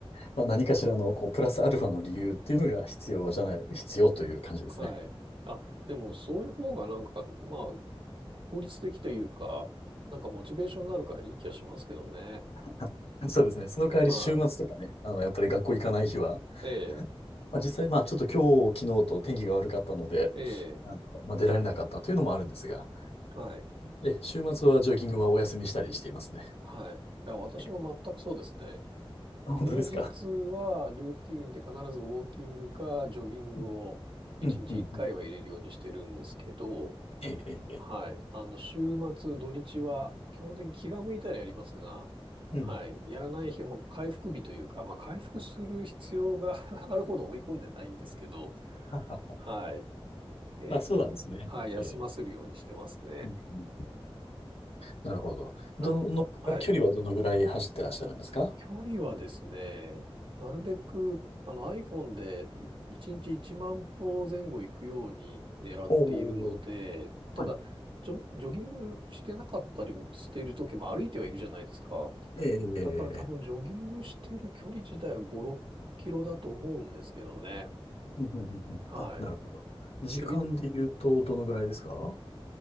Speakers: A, on the left (about 80°); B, on the right (about 60°).
A: まあ、何かしらのこうプラスアルファの理由っていうのが必要じゃない、必要という感じですね。
B: はい。あ、でもそういう方がなんか、まあ、効率的というか、なんかモチベーションになるからいい気がしますけどね。
A: <laughs> そうですね。その代わり週末とかね、
B: はい。
A: あの、やっぱり学校行かない日は、
B: ええ、
A: まあ、実際、まあちょっと今日、昨日と天気が悪かったので、
B: ええ、
A: あの、まあ、出られなかったというのもあるんですが、
B: はい。
A: で、週末はジョギングはお休みしたりしていますね。
B: はい。いや、私も全くそうですね。
A: えあ、本当ですか。
B: 平日はルーティーンで必ずウォーキングかジョギングを1日1回は入れるようにしてるんですけど、
A: うん、うん、うん。うんええ、ええ、ええ
B: はい。あの、週末、土日は基本的に気が向いたらやりますが、
A: うん。
B: はい。やらない日はもう回復日というか、まあ回復する必要が <laughs> あるほど追い込んでないんですけど、
A: ははは
B: はい。えっと、
A: あ、そうなんですね。
B: はい、休ませるようにしてますね。
A: ええ、うん、うん。なるほど。どの、
B: な、はい。
A: 距離はどのぐらい走ってらっしゃるんですか
B: 距離はですね、なるべく、あの iPhone でい1日1万歩前後行くように狙っているので、
A: おおー、
B: ただ、
A: はい
B: ジョ、ジョギングしてなかったりしている時も歩いてはいるじゃないですか。
A: ええ、ええ、
B: だから多分ジョギングしてる距離自体は5、
A: ええ。
B: 6キロだと思うんですけどね。
A: うんうんうんうんあ、
B: はい。
A: なるほど。時間で言うと、
B: エビ、
A: どのぐらいですか